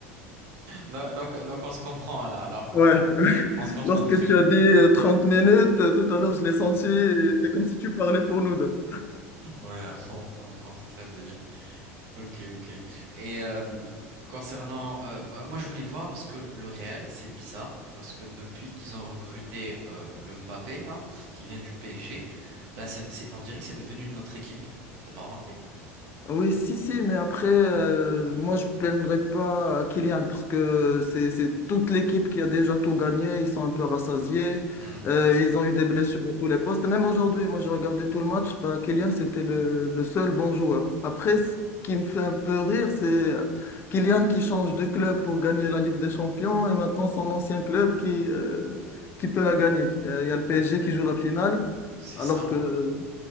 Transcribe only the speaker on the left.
Ouais,
<laughs>
lorsque
tu as dit euh, 30 minutes, euh, tout à l'heure je l'ai senti, et c'est comme si tu parlais pour nous deux.
Oui, si, si, mais après, euh, moi, je plaindrai pas à Kylian parce que c'est c'est toute l'équipe qui a déjà tout gagné. Ils sont un peu rassasiés.
euh, ils ont eu des blessures à tous les postes. Et même aujourd'hui, moi, j'ai regardé tout le match. Bah, Kylian, c'était le, le seul bon joueur. Après, ce qui me fait un peu rire, c'est euh, Kylian qui change de club pour gagner la Ligue des Champions et maintenant son ancien club qui, euh, qui peut la gagner. Il y a, il y a le PSG
qui joue la finale,
alors que euh,